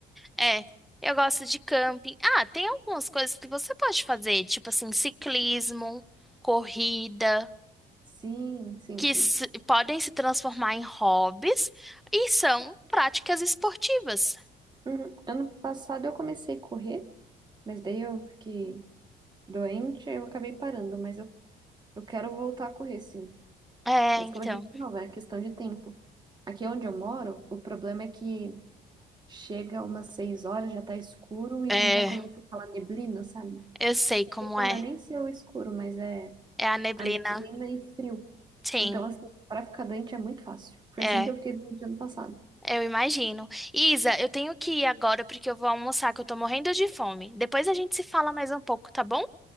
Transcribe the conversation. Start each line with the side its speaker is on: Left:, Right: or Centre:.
Centre: É, eu gosto de camping. Ah, tem algumas coisas que você pode fazer, tipo assim, ciclismo, corrida,
Right: Sim, sim,
Centre: que
Right: sim.
Centre: se- podem se transformar em hobbies e são práticas esportivas.
Right: Uhum. Ano passado eu comecei a correr. Mas daí eu fiquei doente, eu acabei parando, mas eu, eu quero voltar a correr, sim.
Centre: É,
Right: Mas
Centre: então.
Right: como eu disse, de novo, é questão de tempo. Aqui onde eu moro, o problema é que chega umas seis horas, já tá escuro e
Centre: É,
Right: já começa aquela neblina, sabe?
Centre: eu sei como
Right: Então,
Centre: é.
Right: não é nem ser o escuro, mas é
Centre: É a neblina.
Right: a neblina e frio.
Centre: Sim,
Right: Então, assim, para ficar doente é muito fácil. Foi
Centre: é.
Right: assim que eu fiquei doente ano passado.
Centre: Eu imagino. Isa, eu tenho que ir agora porque eu vou almoçar, que eu tô morrendo de fome. Depois a gente se fala mais um pouco, tá bom?